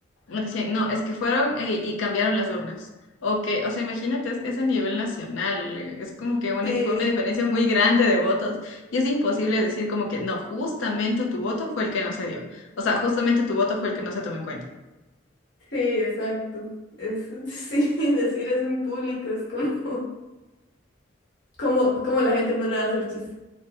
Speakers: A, on the left; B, on the left.
A: o dicen, no, es que fueron eh, y cambiaron las urnas, o que, o sea, imagínate, es, es a nivel nacional, eh, es como que una-
B: Sí,
A: fue una diferencia muy grande de votos, y es imposible decir como que, no, justamente tu voto fue el que no se dio, o sea, justamente tu voto fue el que no se tomó en cuenta.
B: sí, exacto. Es, <laughs> sí, decir eso en público es como, <laughs> como, como la gente no le va a hacer chiste.